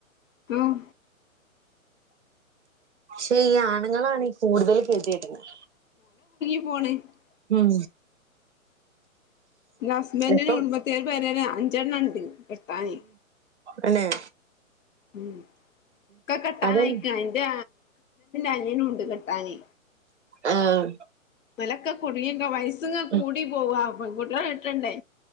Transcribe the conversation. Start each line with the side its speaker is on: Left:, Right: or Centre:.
Left: ഉം
Right: പക്ഷെ ഈ ആണുങ്ങളാണ് കൂടുതൽ കേതിയിട്ടുന്നത്
Left: <unintelligible>
Right: ഉം
Left: എന്റെ ഹസ്ബൻന്റിന്
Right: ഇപ്പം
Left: കുടുംബത്തേര് പരല്ലേ അഞ്ചെണ്ണം ണ്ട് കെട്ടാന്
Right: എന്നെ
Left: ഉ ഒക്കെ കെട്ടാൻ
Right: അതന്നെ
Left: ആയിക്ക അന്റെ അനിയനും ഉണ്ട് കെട്ടാന്
Right: ആഹ
Left: വലക്കെ കുടുങ്ങിക്ക വയസ്സ്ങ്ങനെ കൂടി
Right: ഉം
Left: പോവ കുട്ടിയളെ കിട്ടണ്ടെ